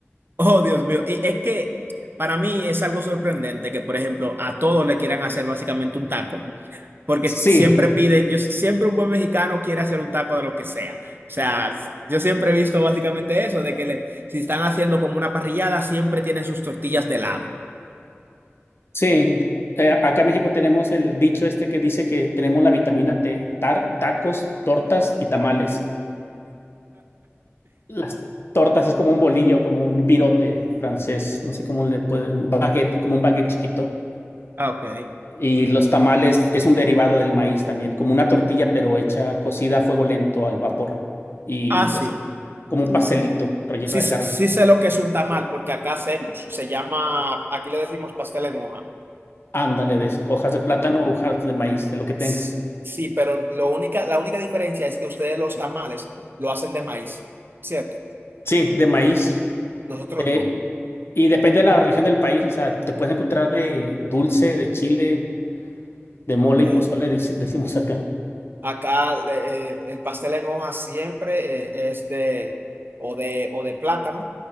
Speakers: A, on the right; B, on the left.
A: Oh, Dios mío. Y es que para mí es algo sorprendente que, por ejemplo, a todos le quieran hacer básicamente un taco. porque
B: Sí,
A: siempre pide, yo siempre un buen mexicano quiere hacer un taco de lo que sea. O sea, yo siempre he visto básicamente eso, de que le, si están haciendo como una parrillada, siempre tienen sus tortillas de lado.
B: sí. Eh, acá en México tenemos el dicho este que dice que tenemos la vitamina T, tar- tacos, tortas y tamales. Las tortas es como un bolillo, como un virote francés, no sé cómo le pueden, baguette, como un baguette chiquito.
A: Ah, ok.
B: Y los tamales es un derivado del maíz también, como una tortilla, pero hecha cocida a fuego lento al vapor. Y
A: Ah, sí.
B: así, como un pastelito
A: Sí,
B: relleno
A: sí,
B: de
A: sé-
B: carne.
A: sí sé lo que es un tamal, porque acá hacemos, se llama, aquí le decimos pastel en hoja.
B: Ándale de esos, hojas de plátano, hojas de maíz, de lo que tengas.
A: Sí, sí, pero lo única, la única diferencia es que ustedes los tamales lo hacen de maíz, ¿cierto?
B: Sí, de maíz.
A: Nosotros
B: Eh,
A: no.
B: y depende de la región del país, o sea, te puedes encontrar de dulce, de chile, de mole
A: Ok.
B: y pozole, dice- decimos acá.
A: Acá eh, eh, el pastel en hoja siempre eh, es de o de o de plátano